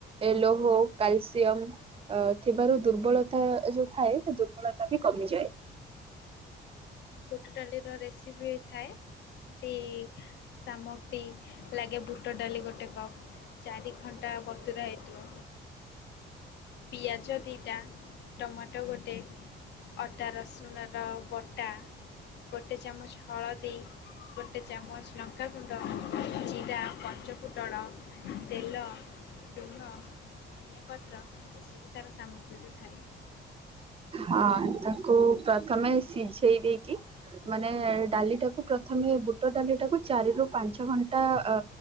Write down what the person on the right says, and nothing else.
ଏ ଲୋହୋ କାଲସିୟମ୍। ଅ ଥିବାରୁ ଦୁର୍ବଳତା ଯୋଉ ଥାଏ ସେ ଦୁର୍ବଳତା ବି କମିଯାଏ।
ହଁ ତାକୁ ପ୍ରଥମେ ସିଝେଇ ଦେଇକି। ମାନେ ଡାଲିଟାକୁ ପ୍ରଥମେ ବୁଟ ଡାଲି ଟାକୁ ଚାରିରୁ ପାଞ୍ଚ ଘଣ୍ଟା ଅ